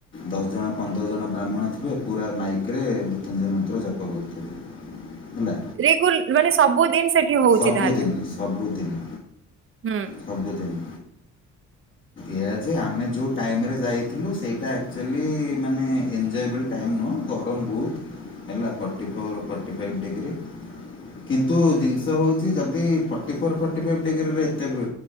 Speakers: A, on the left; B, on the right.
A: ଦଶ ଜଣ ପନ୍ଦର ଜଣ ବ୍ରାହ୍ମଣ ଥିବେ ପୁରା ମାଇକରେ ମୃତ୍ୟୁଞ୍ଜୟ ମନ୍ତ୍ର ଜପ କରୁଥିବେ। ହେଲା
B: ରେଗୁ ମାନେ ସବୁଦିନ ସେଠି ହଉଛି
A: ସବୁଦିନ
B: ତାହେଲେ
A: ସବୁଦିନ
B: ହୁଁ
A: ସବୁଦିନ
B: <unintelligible>
A: ଏହା ଯେ ଆମେ ଯେଉଁ ଟାଇମେ ଯାଇଥିଲୁ ସେଇଟା ଆକ୍ଚୁଆଲି ମାନେ ଏଞ୍ଜୟବଲ୍ ଟାଇମ୍ ନୁଁ ଗରମ ବୋହୁତ ହେଲା forty four forty five degree କିନ୍ତୁ ଜିନ ଷ ହେଉଛି ଯଦି ଫର୍ଟି ଫୋର୍ ଫର୍ଟି ଫାଇଭ୍ ଡିଗ୍ରୀରେ ଏତେ ଭି